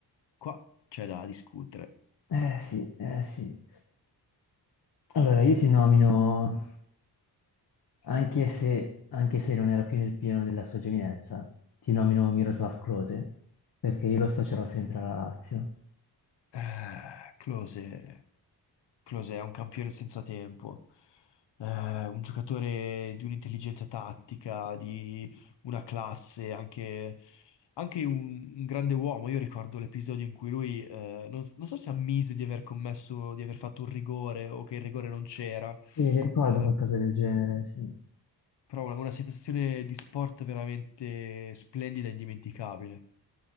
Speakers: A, on the left; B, on the left.
A: qua c'è da discutere.
B: Eh sì, eh sì. Allora, io ti nomino, anche se, anche se non era più nel pieno della sua giovinezza, ti nomino Miroslav Klose, perché io lo associerò sempre alla Lazio.
A: Eh, Klose, Klose è un campione senza tempo, Eh, un giocatore di un'intelligenza tattica, di una classe, anche, anche un, un grande uomo. Io ricordo l'episodio in cui lui, eh, non, non so se ammise di aver commesso, di aver fatto un rigore o che il rigore non c'era,
B: Sì, mi ricordo
A: eh,
B: qualcosa del genere, sì.
A: però una, una situazione di sport veramente splendida e indimenticabile.